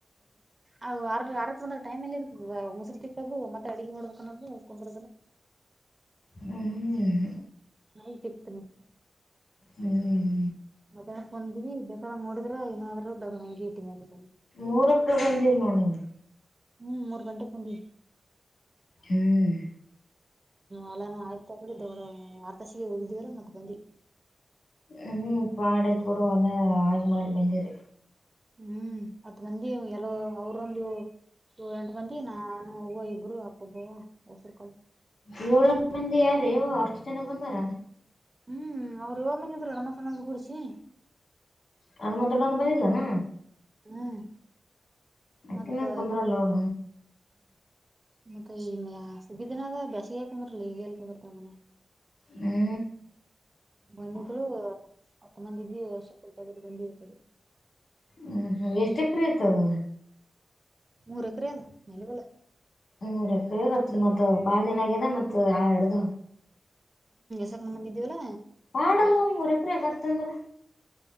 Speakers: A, on the right; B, on the left.
A: ಅ ಆ ಆರಂದ ಟೈಮ್ಲ್ಲಿ ಇರ್ತ ಮ ಮುಸರು ತಿಕ್ಕದು ಮತ್ತ ಅಡಗೆ ಮಾಡಬೇಕ <unintelligible>
B: ಹ್ಮ್
A: ನ ಕತನ <unintelligible>
B: ಹ್ಮ್
A: ಮಧ್ಯಾಹ್ಕ್ ಬಂದಿವವಿ ಬೆಗಳ ನೋಡಿದ್ರ ಇನ್ನಾದ್ರೂ ಬೆಗ ಹಂಗಿ ಇಟ್ಟನಲ್ಲಿ
B: ಮೂರಕ್ಕೆ ಬಂದಿಲ್ಲ ನೋಡಿ ನೀನು
A: ಹ್ಮ್ ಮೂರ್ ಗಂಟೆ ಹುಂಡಿವಿ
B: ಹ್ಮ್
A: ಅಲಾನ ಆಯ್ತ ತಗಿ ದೊಡ್ಡ ಆರ್ ತಾಸಿಗೆ ಹೋಗಿದಿವವ್ರ ಮತ್ತತ್ ಬಂದಿ
B: ಹ್ಮ್ ಪಾಡದ ಕೂಡಲ್ಲ ಆಲು ಮಾಡಿ ಬಂದಿರಿ
A: ಹ್ಮ್ ಹತ್ ಮಂದಿ ಎಲ್ಲೋ ಅವ್ರೊಂದು ಏಳ ಎಂಟು ಮಂದಿ ನಾ ಹಾ ಇಬ್ಬರು ಅಪ್ಪಬ್ಬ ಉಸರು ಕ
B: ಏಳ ಎಂಟು ಮಂದಿ ಯಾರ ಅವ್ವ ಅಷ್ಟು ಜನ ಬಂದಾರ
A: ಹ್ಮ್ ಅವ್ ಯ ಮುಂದ್ ನಮ್ಮ ಸಣ್ಣಂದ ಕುಡಿಸಿ
B: ನಣ ಮೊದಡಣ್ ಬಂದಿಲ್ಲ ನ
A: ಹ್ಮ್
B: ಅಕನ
A: ಮತ್ತ
B: ಕುಂದರ ಲೋಡ
A: ಮತ್ತೆ ಈ ಸಿ ದಿನದ ಬೇಸಿಗೆಕ್ರಕ್ರ ತ ಮ
B: ಹ್ಞೂ
A: ಬಂದಿದ್ರುತ್ತಮ್ಮಂದಿದ್ದಿ ಹೆಸರು ಕುತ <unintelligible> ಡಿಯ ಕಡೆಗೆ
B: ಹ್ಮ್ ಹ್ಮ್ ಎಷ್ಟ ಎಕರೆ ಆಐತದ
A: ಮೂರ್ ಎಕರೆ ಅದ ಮೇಲೆ ಬಲ್ಲ
B: ಹ್ಮ ಮೂರೂ ಎಕರೆ ಮತ್ತ ಬಾಳ ದಿನ ಆಗ್ಯದ ಮತ್ ಆ ಎಡದ
A: ಸಕಣ ಮಂದಿದ್ದೇವಲ್ಲ
B: ಮಾಡಲ್ಲವ ಮೂರಕ್ರ ಆಗತ್ತಂದ್ರ